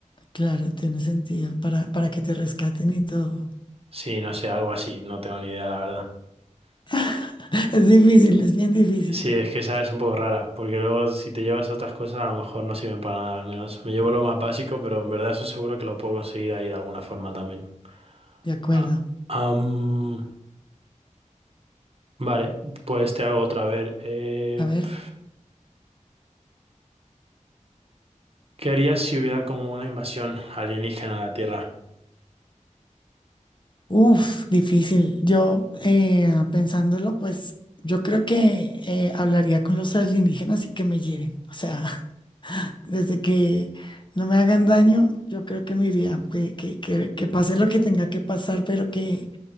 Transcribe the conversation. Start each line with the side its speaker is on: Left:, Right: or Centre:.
Left: claro, tiene sentido para, para que te rescaten y todo.
Right: Sí, no sé, algo así, no tengo ni idea, la verdad.
Left: <laughs> Es difícil, es bien difícil.
Right: Sí, es que esa es un poco rara, porque luego si te llevas otras cosas a lo mejor no sirven para nada, al menos me llevo lo más básico, pero en verdad eso seguro que lo puedo conseguir ahí de alguna forma también.
Left: De acuerdo.
Right: Ah, am, vale, pues te hago otra, a ver. eh,
Left: A ver.
Right: pf, ¿qué harías si hubiera como una invasión alienígena a la Tierra?
Left: Uf, difícil. Yo, eh, pensándolo, pues yo creo que eh, hablaría con los alienígenas y que me lleven. O sea, <laughs> desde que no me hagan daño, yo creo que me iría, que, que, que, que pase lo que tenga que pasar, pero que